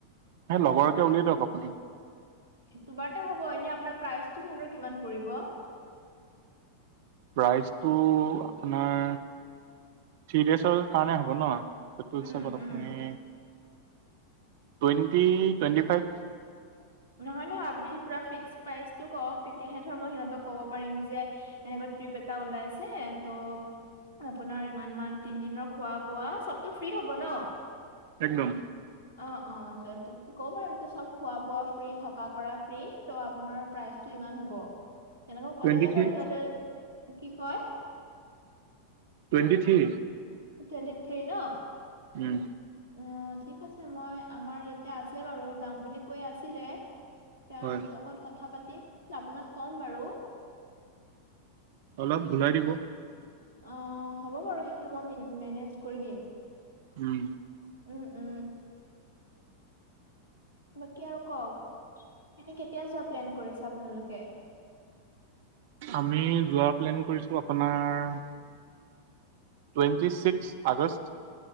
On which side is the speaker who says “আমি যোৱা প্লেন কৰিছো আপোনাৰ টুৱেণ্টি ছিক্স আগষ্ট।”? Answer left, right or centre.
Right